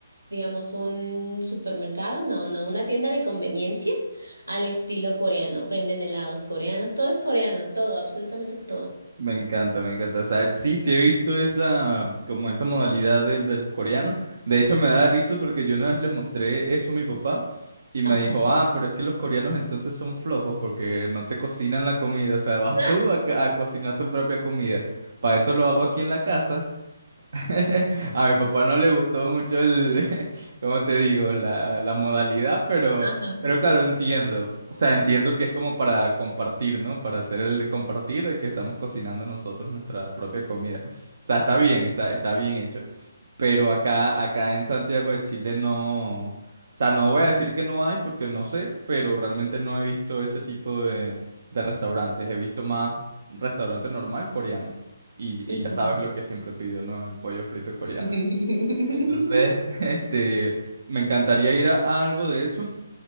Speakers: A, on the right; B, on the right.
A: digamos, un supermercado, no, no, una tienda de conveniencia al estilo coreano. Venden helados coreanos, todo es coreano, todo, absolutamente todo.
B: Me encanta, me encanta. O sea, sí, sí he visto esa, como esa modalidad del de los coreanos. De hecho, me da risa porque yo una vez le mostré eso a mi papá y me
A: Ajá.
B: dijo, ah, pero es que los coreanos entonces son flojos porque no te cocinan la comida. O sea, vas
A: <laughs>
B: tú a, ca- a cocinar tu propia comida. Para eso lo hago aquí en la casa. <laughs> A mi papá no le gustó mucho el, <laughs> ¿cómo te digo? La, la modalidad, pero,
A: Ajá.
B: pero claro, entiendo. O sea, entiendo que es como para compartir, ¿no? Para hacer el compartir de que estamos cocinando nosotros nuestra propia comida. O sea, está bien, está, está bien hecho. Pero acá, acá en Santiago de Chile no. O sea, no voy a decir que no hay porque no sé, pero realmente no he visto ese tipo de, de restaurantes. He visto más restaurante normal coreano y,
A: Ujú.
B: y ya sabes lo que siempre pido, ¿no? El pollo frito coreano.
A: <laughs>
B: Entonces, <laughs> este, me encantaría ir a, a algo de eso